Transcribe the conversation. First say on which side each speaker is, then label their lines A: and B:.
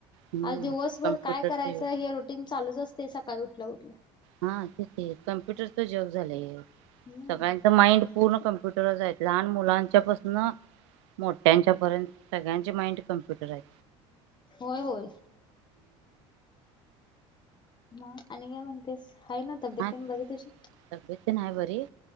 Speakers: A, on the right; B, on the left.
A: हम्म
B: आज दिवसभर
A: कम्प्युटरच
B: काय करायचं
A: युग
B: हे रोटीन चालूच असते सकाळी उठल्या उठल्या.
A: हा तिथे कंम्प्युटरच जग झालंय
B: हम्म
A: सगळ्यांच माइंड पूर्ण कप म्प्युटर जायच लहान मुलांच्या पाासून मोठ्यांच्या पर्यंत सगळ्यांचे माइंड कम्प्युटर आहे.
B: होय होय. मग आणि काय म्हणतेस? आहे ना तब्येत
A: हा
B: तेन बरी तुझी?
A: तब्येतन आहे बरी.